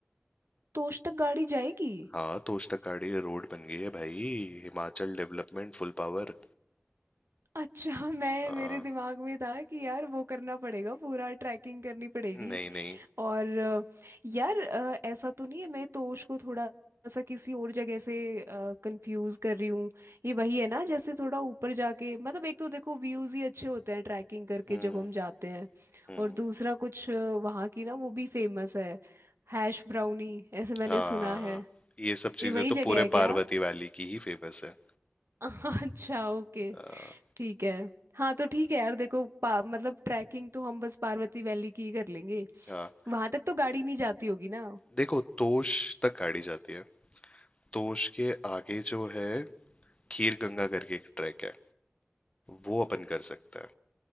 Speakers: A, on the right (about 80°); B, on the left (about 30°).
A: तोश तक गाड़ी जाएगी
B: हाँ तोश तक गाड़ी रोड बन गई है भाई Himachal development full power
A: अच्छा <laughs> मैं
B: हाँ
A: मेरे दिमाग में था कि यार वो करना पड़ेगा पूरा ट्रैकिंग करनी पड़ेगी
B: नहीं नहीं
A: और अ, यार अ, ऐसा तो नहीं है मैं तोश को थोड़ा सा किसी और जगह से कंफ्यूज कर रही हूँ ये वही है ना जैसे थोड़ा ऊपर जाके मतलब एक तो देखो व्यूज ही अच्छे होते हैं ट्रैकिंग करके
B: हम्म
A: जब हम जाते हैं
B: हम्म
A: और दूसरा कुछ अ, वहाँ की ना वो भी फेमस है हैश ब्राउनी ऐसे मैंने
B: हाँ
A: सुना है
B: ये सब
A: ये
B: चीजें
A: वही
B: तो
A: जगह
B: पूरे
A: है क्या
B: पार्वती वैली की ही फेमस है
A: <laughs> अच्छा ओके
B: हाँ
A: ठीक है हाँ तो ठीक है यार देखो पा, मतलब ट्रैकिंग तो हम बस पार्वती वैली की ही कर लेंगे
B: हाँ
A: वहां तक तो गाड़ी नहीं जाती होगी ना
B: देखो तोश तक गाड़ी जाती है तोश के आगे जो है खीर गंगा करके एक ट्रैक है वो अपन कर सकते